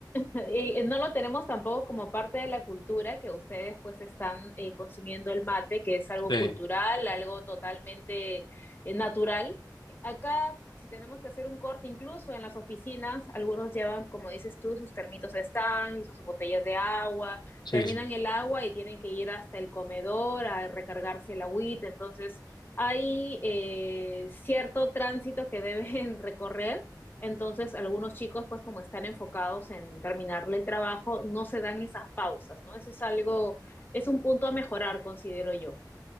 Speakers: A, on the left (about 30°); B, on the left (about 70°).
A: Eh, no lo tenemos tampoco como parte de la cultura que ustedes pues están eh, consumiendo el mate, que es algo
B: Sí,
A: cultural, algo totalmente eh, natural. Acá, si tenemos que hacer un corte, incluso en las oficinas, algunos llevan, como dices tú, sus termitos de Stanley, sus botellas de agua,
B: sí,
A: terminan
B: sí.
A: el agua y tienen que ir hasta el comedor a recargarse el agüita. Entonces, hay eh, cierto tránsito que deben <laughs> recorrer entonces, algunos chicos, pues como están enfocados en terminarle el trabajo, no se dan esas pausas, ¿no? Ese es algo, es un punto a mejorar, considero yo.